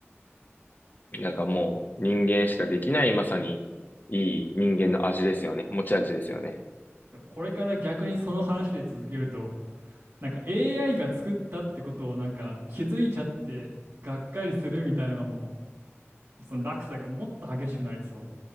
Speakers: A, on the left (about 45°); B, on the right (about 80°).
A: なんかもう人間しかできないまさにいい人間の味ですよね。持ち味ですよね。
B: でもこれから逆にその話で続けると、なんか AI が作ったってことをなんか気づいちゃってがっかりするみたいなのも、その落差がもっと激しくなりそう。